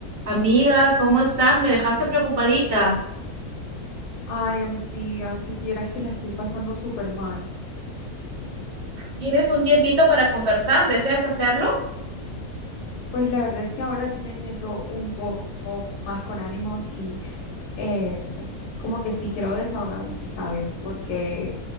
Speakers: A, on the right; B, on the left.
A: Amiga, ¿cómo estás? Me dejaste preocupadita.
B: Ay, amiga, si vieras que la estoy pasando súper mal.
A: ¿Tienes un tiempito para conversar? ¿Deseas hacerlo?
B: Pues la verdad es que ahora sí me siento un poco más con ánimos y eh, como que sí quiero desahogarme, ¿sabes? Porque